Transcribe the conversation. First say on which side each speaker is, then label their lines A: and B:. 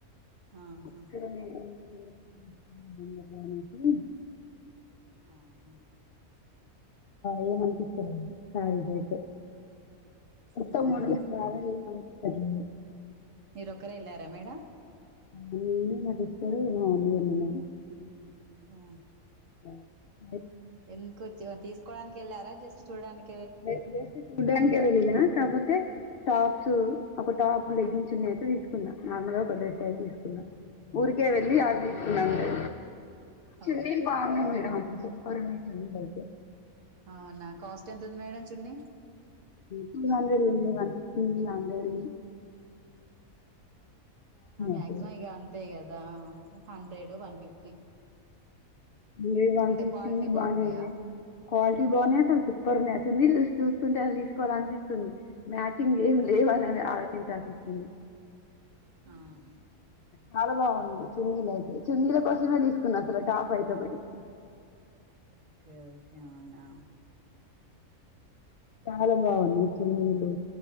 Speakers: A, on the right (about 65°); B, on the left (about 75°).
A: ఆహా
B: ఇక్కడనే ఎంత దూరం నుంచి వచ్చిండ్రు గద అనేసి
A: ఆహ
B: ఏమనిపిస్తలేదు చాయ్ తాగితే కొత్త
A: అవునా
B: మోడల్స్ బాగా ఏమని <unintelligible>
A: మీరొక్కరె ఎళ్ళారా మేడం
B: నేను మా సిస్టరు మా మమ్మీ వెళ్ళినం
A: ఆ
B: ఆ
A: ఎందుకొచ్చ తీస్కోడానికెళ్ళారా జస్ట్ చూడానికి
B: జె జెస్ట్ చూడ్డానికే వెళ్లినా కాకపోతే టాప్స్ ఒక టాప్ లెగ్గిన్, చున్ని అయితే తీసుకున్నా నార్మల్ గా ఒక డ్రెస్ అయితే తీసుకున్న ఊరికే వెళ్ళి అవి తీసుకున్నా అంతే చున్నీలు
A: ఓకే
B: బాగున్నాయి
A: ఓకే
B: మేడం అసలు సూపర్ ఉన్నాయి <unintelligible> అయితే
A: అవునా కాస్ట్ ఎంత ఉంది మేడం చున్నీ
B: టూ హండ్రెడ్ ఉంది వన్ ఫిఫ్టీ హండ్రెడ్ ఉంది
A: ఆ మ్యాక్సిమమ్
B: అసలు
A: ఇ అంతే కదా hundred one fifty
B: medium one
A: అంటే
B: ఫిఫ్టీ
A: క్వాలిటీ బాగున్నాయా
B: బానే ఉన్నాయి క్వాలిటీ బావున్నాయ్ అసలు సూపర్ ఉన్నాయ్ చున్నీలు చూస్ చూస్తుంటే అవి తీసుకోవాలనిపిస్తుంది మ్యాచింగ్ ఏం లేవు అని అని ఆలోచించాల్సి వచ్చింది
A: ఆహా
B: చాలా బావున్నాయి చున్నీలయితే చున్నీల కోసమే తీసు కొన్ <unintelligible> టాప్ ఐతే ఒకటి <inaudible>
A: ఓకే ఓకే అవునా
B: చాలా బావున్నాయి చున్నీలు